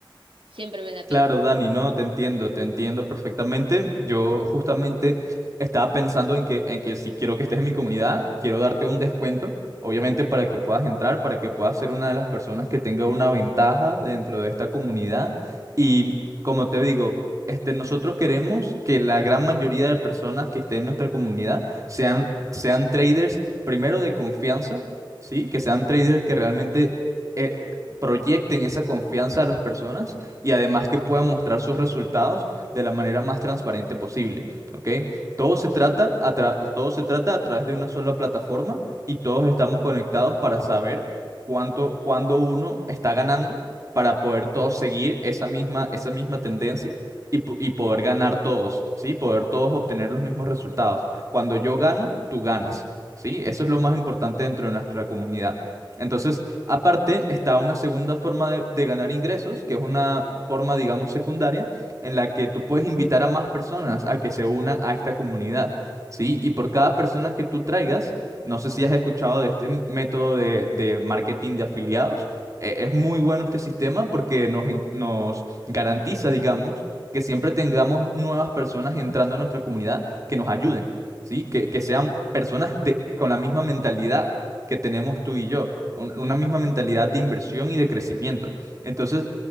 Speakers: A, on the right; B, on the right.
A: siempre me la pienso.
B: Claro, Dani, no, te entiendo, te entiendo perfectamente. Yo justamente estaba pensando en que, en que si quiero que estés en mi comunidad, quiero darte un descuento, obviamente para que puedas entrar, para que puedas ser una de las personas que tenga una ventaja dentro de esta comunidad. Y como te digo, este, nosotros queremos que la gran mayoría de personas que estén en nuestra comunidad sean, sean traders, primero de confianza, ¿sí? Que sean traders que realmente eh, proyecten esa confianza a las personas y además que puedan mostrar sus resultados de la manera más transparente posible, ¿ok? Todo se trata a tra- todo se trata a través de una sola plataforma y todos estamos conectados para saber cuánto, cuándo uno está ganando para poder todos seguir esa misma, esa misma tendencia y, po- y poder ganar todos, ¿sí? Poder todos obtener los mismos resultados. Cuando yo gano, tú ganas, ¿sí? Eso es lo más importante dentro de nuestra comunidad. Entonces, Aparte, está una segunda forma de, de ganar ingresos, que es una forma, digamos, secundaria, en la que tú puedes invitar a más personas a que se unan a esta comunidad, ¿sí? Y por cada persona que tú traigas, no sé si has escuchado de este m- método de, de marketing de afiliados, eh, es muy bueno este sistema porque nos, en- nos garantiza, digamos, que siempre tengamos nuevas personas entrando a nuestra comunidad que nos ayuden, ¿sí? Que, que sean personas de, con la misma mentalidad que tenemos tú y yo, un- una misma mentalidad de inversión y de crecimiento. Entonces,